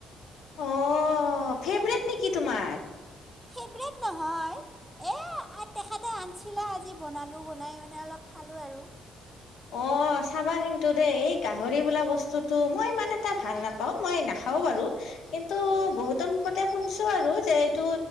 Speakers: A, on the left (about 80°); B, in the centre.
A: অ, ফেভৰেট নেকি তোমাৰ?
B: ফেভৰেট নহয়। এ আ তেখেতে আনিছিলা আজি বনালো। বনাই মানে অলপ খালো আৰু।
A: অ চাবা কিন্তু দেই। এই গাহৰি বোলা বস্তুটো মই ইমান এটা ভাল নাপাওঁ, মই নাখাও বাৰু। কিন্তু বহুতৰ মুখতে শুনছো আৰু যে এইটো